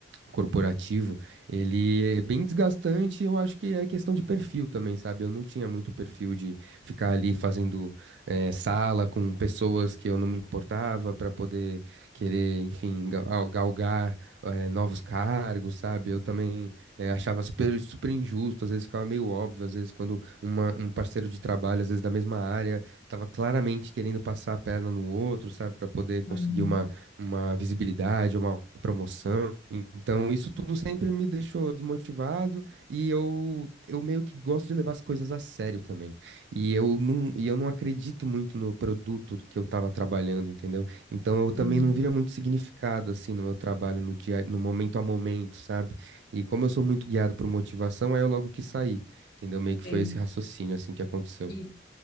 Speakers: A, on the right; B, on the left.
A: corporativo, ele é bem desgastante, eu acho que é questão de perfil também, sabe? Eu não tinha muito perfil de ficar ali fazendo eh, sala com pessoas que eu não me importava para poder querer, enfim, ga- ah, galgar eh, novos cargos, sabe? Eu também eh, achava super, super injusto, às vezes ficava meio óbvio, às vezes quando uma- um parceiro de trabalho, às vezes da mesma área, estava claramente querendo passar a perna no outro, sabe? Para poder conseguir
B: uhum,
A: uma, uma visibilidade, uma promoção. Então, isso tudo sempre me deixou desmotivado e eu, eu meio que gosto de levar as coisas a sério também. E eu não, e eu não acredito muito no produto que eu estava trabalhando, entendeu? Então, eu também
B: uhum.
A: não via muito significado assim no meu trabalho, no dia, no momento a momento, sabe? E como eu sou muito guiado por motivação, aí eu logo quis sair, entendeu? Meio que
B: Sei.
A: foi esse raciocínio assim que aconteceu.
B: E,